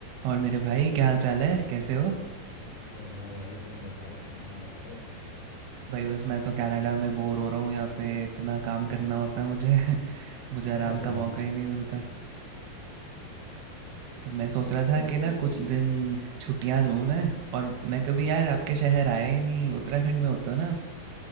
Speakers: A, on the right (about 80°); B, on the left (about 85°).
A: और मेरे भाई क्या हाल चाल है कैसे हो
B: बढ़िया भाई तुम बताओ कहाँ हो आजकल <laughs>
A: भाई बस मैं तो कनाडा में बोर हो रहा हूँ यहाँ पे इतना काम करना होता है मुझे <laughs> मुझे आराम
B: अरे
A: का
B: भाई
A: मौका ही नहीं मिलता तो मैं सोच रहा था
B: तो
A: कि
B: फिर
A: ना
B: अभी
A: कुछ दिन छुट्टियाँ लूँ मैं और मैं कभी यार आपके शहर आया ही नहीं उत्तराखंड में होते हो ना आप